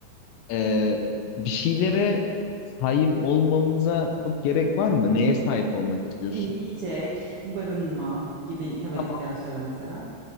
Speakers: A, on the left; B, on the right.
A: E, bir şeylere sahip olmamıza çok gerek var mı? Neye sahip olmak istiyorsun?
B: E, yiyecek, barınma gibi temel
A: Tamam.
B: ihtiyaçlara mesela.